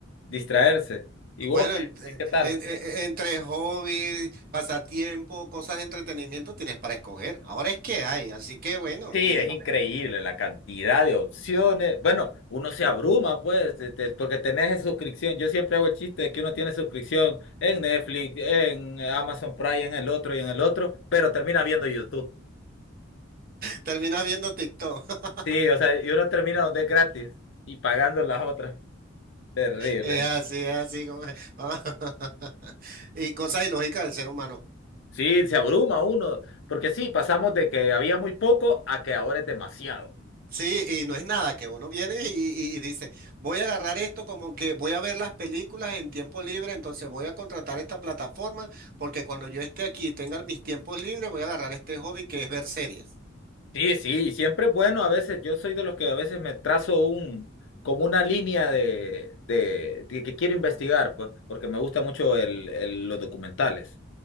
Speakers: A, on the left; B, on the right.
A: distraerse. ¿Y
B: Bueno,
A: vos qué,
B: en-
A: qué
B: eh,
A: qué tal?
B: en- eh, eh, entre hobbies, pasatiempo, cosas de entretenimiento tienes para escoger. Ahora es que hay, así que bueno,
A: Sí,
B: tienes,
A: es
B: <laughs>
A: increíble la cantidad de opciones. Bueno, uno se abruma, pues, te- te- porque tenés suscripción. Yo siempre hago el chiste de que uno tiene suscripción en Netflix, en Amazon Prime, en el otro y en el otro, pero termina viendo YouTube.
B: terminas viendo TikTok. <laughs>
A: Sí, o sea, y uno termina donde es gratis y pagando las otras. Terrible.
B: Es así, es así como es. <laughs> Y cosas ilógicas del ser humano.
A: Sí, se abruma uno, porque sí, pasamos de que había muy poco a que ahora es demasiado.
B: Sí, y no es nada, que uno viene y, y- y dice, voy a agarrar esto como que voy a ver las películas en tiempo libre, entonces voy a contratar esta plataforma porque cuando yo esté aquí y tenga mis tiempos libres, voy a agarrar este hobby que es ver series.
A: Sí, sí, siempre es bueno a veces, yo soy de los que a veces me trazo un, como una línea de, de, de que quiero investigar, pues, porque me gusta mucho el, el- los documentales.